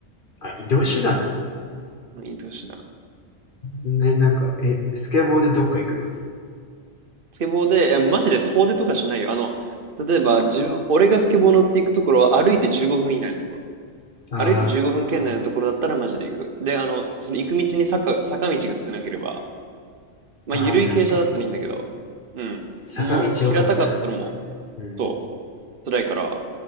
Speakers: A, on the left; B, on the right.
A: あ、移動手段なの
B: うん移動手段。
A: ね、なんか、え、スケボーでどっか行くの
B: スケボーで、え、マジで遠出とかしないよ。あの、例えば、自分、俺がスケボー乗っていくところは歩いて15分以内のところ。
A: <laughs> あー
B: 歩いて15分圏内のところだったらマジで行く。で、あの、その行く道に坂、坂道が少なければ、まあ、
A: あー、
B: 緩い傾斜だったらいいんだけど、
A: 確かに。
B: うん。
A: 坂道よかったらね。
B: もう、平たかったらもう、
A: うん、
B: そう、辛いから、